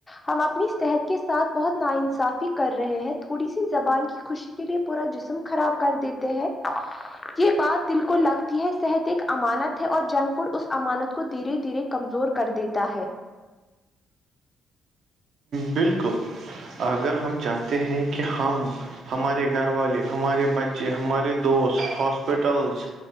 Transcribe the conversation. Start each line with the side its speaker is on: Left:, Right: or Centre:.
Left: ہم اپنی صحت کے ساتھ بہت نا انصافی کر رہے ہیں تھوڑی سی زبان کی خوشی کے لیے پورا جسم خراب کر دیتے ہیں یہ بات دل کو لگ یہ صحت ایک امانت ہے اور جنک فوڈ اس امانت کو دھیرے دھیرے کمزور کر دیتا ہے
Right: بالکل اگر ہم چاہتے ہیں کہ ہم ہمارے گھر والے ہمارے بچے ہمارے دوست ہاسپٹلس